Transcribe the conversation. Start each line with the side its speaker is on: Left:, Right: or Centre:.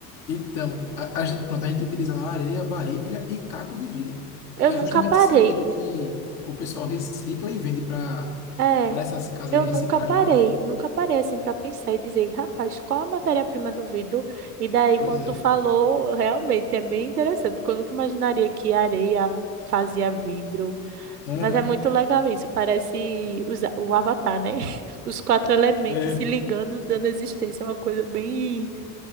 Left: Então, a, a gente, pronto, a gente utilizava areia, barrilha e caco de vidro,
Right: Eu
Left: que
Right: nunca
Left: é justamente
Right: parei
Left: esse vidro que o pessoal recicla e vende para
Right: É,
Left: para essas casas
Right: eu
Left: de reciclagem,
Right: nunca parei,
Left: né?
Right: nunca parei assim para pensar e dizer, rapaz, qual a matéria-prima do vidro? E daí,
Left: Pois
Right: quando
Left: é.
Right: tu falou, realmente é bem interessante, porque eu nunca imaginaria que areia fazia vidro.
Left: Aham.
Right: Mas é muito legal isso, parece os a- o Avatar, né? <laughs> Os quatro elementos
Left: É.
Right: se ligando, dando existência, é uma coisa bem